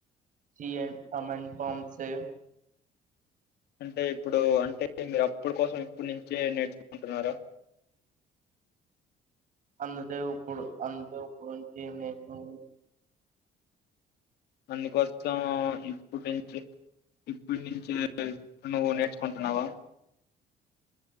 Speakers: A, on the right; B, on the left.
A: సీ అండ్ కమాండ్ ప్రాంట్స్ ఏ
B: అంటే ఇప్పుడు అంటే మీరు అప్పుడు కోసం ఇప్పుడు నుంచే నేర్చుకుంటున్నారా
A: అందుకే ఉప్పుడు అంతే ఉప్పుడుంచి నీకు
B: అంనుకోసం ఇప్పుటించి ఇప్పున్నించె నువ్వు నేర్చుకుంటున్నావా.